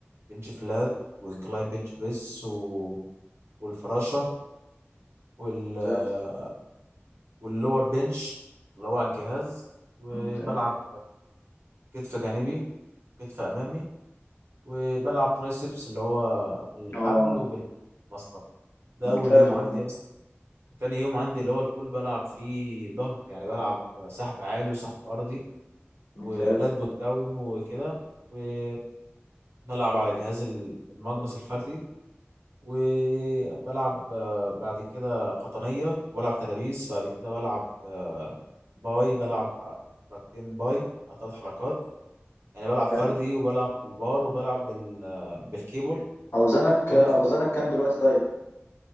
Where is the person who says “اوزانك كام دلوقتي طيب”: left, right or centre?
Left